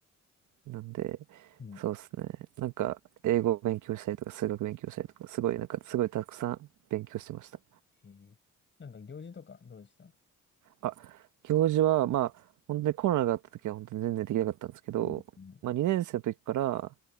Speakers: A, on the right (about 75°); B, on the left (about 40°).
A: なんで、
B: うん。
A: そうですね。なんか、英語を勉強したりとか、数学勉強したりとか、すごい、なんか、すごいたくさん勉強してました。
B: えー、なんか行事とかどうでした
A: あ、行事は、まあ、本当にコロナがあった時は本当に全然できなかったんですけど、
B: うん。うん
A: まあ2年生の時から